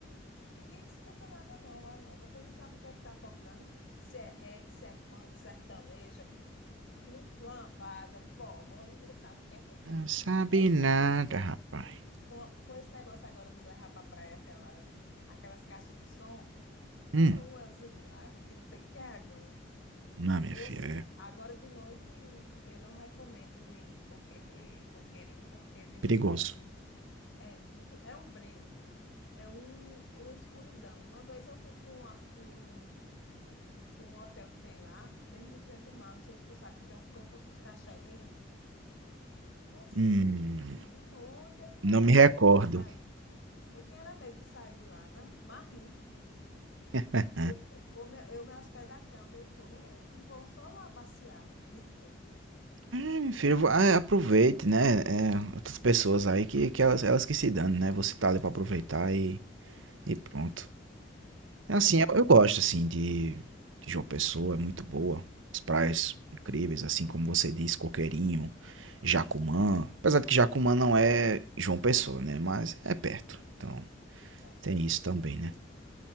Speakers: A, on the left; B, on the right.
A: Ninguém escuta nada não lá não. Você não sabe o que é que tá tocando, se é reggae, se é funk, sertaneja, nu- lambada, forró, ninguém sabe o que é que tem.
B: Não sabe
A: É tanto
B: nada,
A: s-
B: rapaz.
A: com, com esse negócio agora de levar para praia aquelas aquelas caixas de som, é
B: Hum,
A: uma zoada que não tem quem aguente.
B: não, minha
A: Eu
B: filha,
A: s-
B: é
A: agora de noite eu não recomendo ir em coque, eh, coqueirinho porque de noite
B: perigoso.
A: é, mu- é muito é um breu. É um, uma escuridão. Uma vez eu fui para um, pra um, pra um hotel que tem lá, mesmo de frente ao mar, não sei se tu sabe, que tem um- como fosse uns cachelinhos. Oxe,
B: Hum,
A: menino, de noite eu tinha
B: não
A: era
B: me
A: medo
B: recordo.
A: de sair. Eu tinha era medo de sair de lá, né? Mas nunca.
B: <laughs>
A: Eu, eu vou me, eu me hospedar aqui é onde eu tô e vou só lá passear de dia.
B: É, Meu filho, vo- ah, aproveite, né? É, outras pessoas aí que, que elas, elas que se dão, né? Você tá ali pra aproveitar e E pronto. É Assim, eu, eu gosto assim de, de João Pessoa, é muito boa. As praias incríveis, assim como você disse, Coqueirinho, Jacumã. Apesar de que Jacumã não é João Pessoa, né? Mas é perto. Então,
A: É Conde.
B: tem isso também, né?